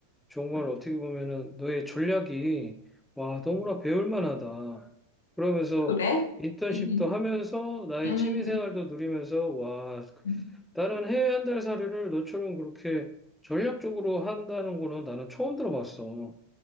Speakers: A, in the centre; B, on the left.
A: 정말 어떻게 보면은 너의 전략이 와, 너무나 배울 만하다. 그러면서
B: 그래?
A: 인턴십도
B: 음,
A: 하면서 나의
B: 음,
A: 취미 생활도 누리면서 와,
B: 음,
A: 나는 해외 한 달 사료를 너처럼 그렇게 전략적으로 한다는 거는 나는 처음 들어봤어.